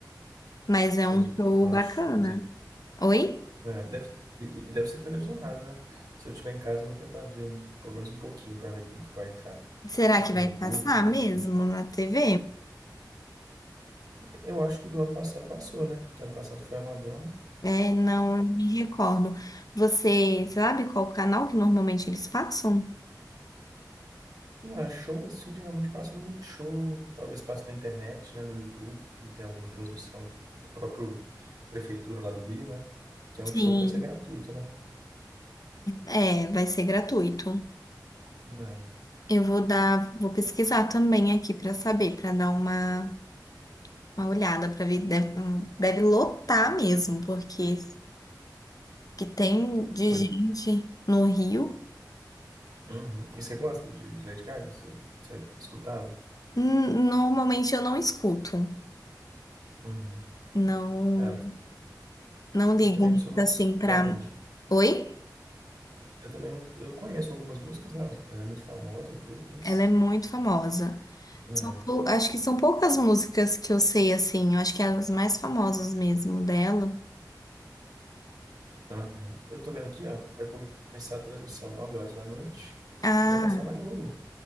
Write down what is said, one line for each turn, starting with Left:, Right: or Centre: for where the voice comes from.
Left: mas é um
Right: dos
Left: show
Right: maiores
Left: bacana.
Right: shows aí.
Left: Oi?
Right: É, deve... E e deve ser televisionado, né? Se eu tiver em casa, eu vou tentar ver um- pelo menos um pouquinho para ver como que vai estar.
Left: Será
Right: Questão
Left: que vai
Right: de público,
Left: passar
Right: e
Left: mesmo
Right: tudo.
Left: na TV?
Right: Eu acho que o do ano passado passou, né? Que ano passado foi a Madonna.
Left: É, não, eu não me recordo. Você sabe qual canal que normalmente eles passam?
Right: Ah, show assim geralmente passa no Multishow, talvez passe na internet, né, no YouTube, e tem alguma transmissão do próprio prefeitura lá do Rio, né? Que é
Left: Sim,
Right: um show que vai ser gratuito, né?
Left: é, vai ser gratuito.
Right: É,
Left: Eu vou dar, vou pesquisar também aqui para saber, para dar uma, uma olhada, para ver, deve, deve lotar mesmo, porque que tem de
Right: pois.
Left: gente no Rio,
Right: Uhum. E você gosta de Lady Gaga? Você, você escutava?
Left: Hum, normalmente eu não escuto.
Right: Uhum.
Left: Não,
Right: Ela-
Left: não ligo
Right: eu também
Left: muito
Right: não sou muito
Left: assim
Right: de escutar,
Left: para.
Right: não.
Left: Oi?
Right: Eu também não, eu conheço algumas músicas, né? Ela é muito famosa, e tudo, mas.
Left: Ela é muito famosa.
Right: É.
Left: São pou- Acho que são poucas músicas que eu sei assim. Eu acho que é as mais famosas mesmo dela.
Right: Aham. Eu tô vendo aqui, ó. Vai começar a transmissão 9 horas da noite
Left: Ah,
Right: e vai passar na Globo.